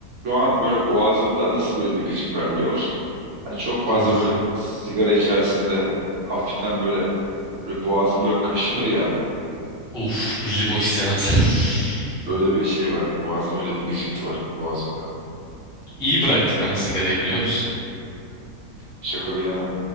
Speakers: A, on the right; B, in the centre.
A: Şu an böyle boğazımda nasıl böyle bir gıcık var biliyor musun? Hani çok fazla
B: Nasıl?
A: böyle sigara içerisinde hafiften böyle böyle boğazım böyle kaşınır ya.
B: Uf, bildim o hissiyatı. <laughs>
A: Böyle bir şey var. Boğazım öyle bir gıcıktı var boğazımda.
B: İyi bıraktık ama sigarayı biliyor musun?
A: Şaka bir yana.